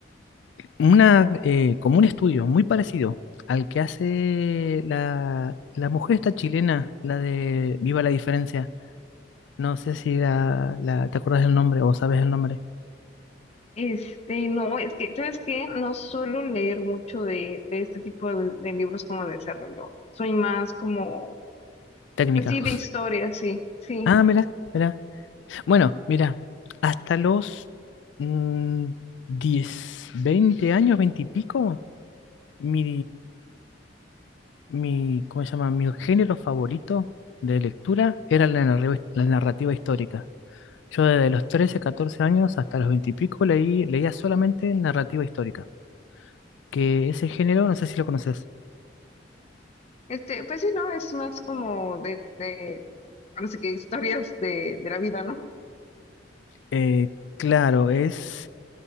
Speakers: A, on the left; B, on the left.
A: una, eh, como un estudio muy parecido al que hace la, la mujer esta chilena, la de Viva la Diferencia. No sé si la, la- te acordás del nombre o sabes el nombre.
B: Este, no, es que, ¿sabes qué? No suelo leer mucho de, de este tipo de, de libros como de desarrollo. Soy más como,
A: Técnica.
B: pues sí, de
A: <laughs>
B: historia, sí, sí.
A: Ah, mira, mira. Bueno, mira, hasta los mm, 10, 20 años, 20 y pico, Mi, mi, ¿cómo se llama? Mi género favorito de lectura era la narrativa, la narrativa histórica. Yo desde los trece catorce años hasta los 20 y pico leí, leía solamente narrativa histórica, que ese género, no sé si lo conoces.
B: Este, pues sí, no, es más como de, de, ahora sí que historias de, de la vida, ¿no?
A: Eh, claro, es,